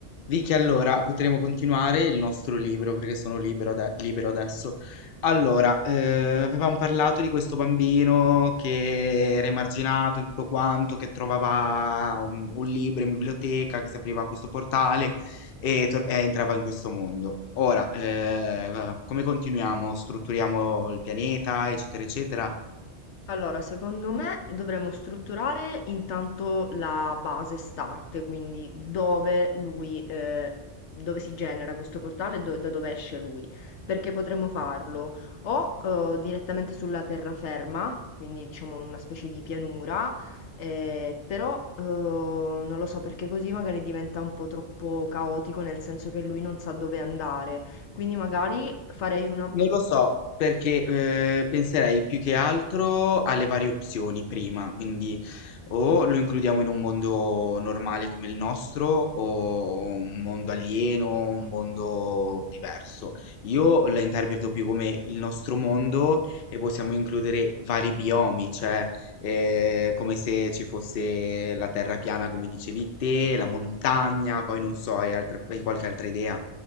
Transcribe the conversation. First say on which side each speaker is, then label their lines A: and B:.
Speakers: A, on the left; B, on the left.
A: Vicky, allora potremo continuare il nostro libro perché sono libero, ade- libero adesso. Allora, eh, avevamo parlato di questo bambino che era emarginato e tutto quanto, che trovava un, un libro in biblioteca, che si apriva questo portale e, tor- e entrava in questo mondo. Ora, eh, come continuiamo? Strutturiamo il pianeta, eccetera, eccetera.
B: Allora, secondo me dovremmo strutturare intanto la base start, quindi dove lui, eh, dove si genera questo portale e do- da dove esce lui, perché potremmo farlo o eh, direttamente sulla terraferma, quindi diciamo una specie di pianura, eh, però eh, non lo so perché così magari diventa un po' troppo caotico, nel senso che lui non sa dove andare, quindi magari farei una
A: Non lo so, perché eh, penserei più che altro alle varie opzioni prima, quindi o lo includiamo in un mondo normale come il nostro, o un mondo alieno, un mondo diverso. Io la interpreto più come il nostro mondo e possiamo includere vari biomi, cioè eh, come se ci fosse la terra piana, come dicevi te, la montagna, poi non so, hai altra- hai qualche altra idea?